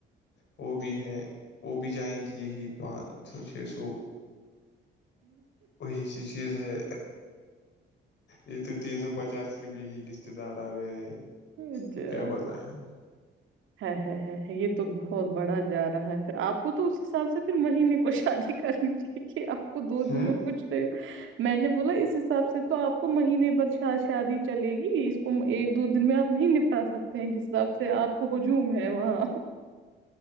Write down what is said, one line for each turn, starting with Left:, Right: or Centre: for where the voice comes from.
Left: وہ بھی ہیں وہ بھی جائیں گی یہی پانچ سو چھ سو وہی سی چیز ہے یہ تو تینسو پچاس روپے ہی رشتے دار آ رہے ہیں
Right: اچھا
Left: تو کیا بتاۓ ہم
Right: ہے یہ تو بہت بڑا جا رہا ہے پھر آپ کو تو اس حساب سے ہر مہینے کو شادی کرنی چاہیے آپ کو دو
Left: ہوں
Right: دن میں کچھ میں نے بولا اس حساب سے تو آپ کو مہینے بعد شادی چلے گی ایک دو دن میں آپ نہیں نپٹا سکتے ہیں جس طرب سے آپ کو ہجوم ہے وہاں